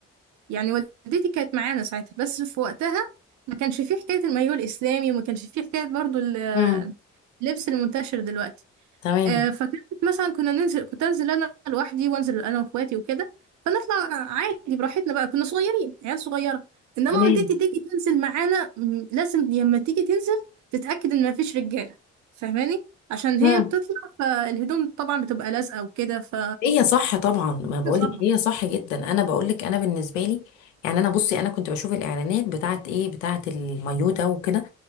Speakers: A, on the right; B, on the left.
A: يعني والدتي كانت معانا ساعتها بس في وقتها ما كانش فيه حكايه المايوه الاسلامي وما كانش فيه حكايه برضو ال-
B: امم
A: اللبس المنتشر دلوقتي
B: تمام
A: آه، فكانت مثلا كنا ننزل كنت انزل انا لوحدي وانزل انا واخواتي وكده فنطلع عادي براحتنا بقى كنا صغيرين عيال صغيره انما
B: تمام
A: والدتي تيجي تنزل معانا م، لازم لما تيجي تنزل تتاكد ان مفيش رجاله فاهماني عشان هي
B: امم
A: بتطلع فالهدوم طبعا بتبقى لازقه وكده ف
B: هي صح طبعا ما
A: كده
B: بقولك
A: صعبه
B: هي صح جدا انا بقولك انا بالنسبه لي يعني انا بصي انا كنت بشوف الاعلانات بتاعت ايه بتاعت المايو ده وكده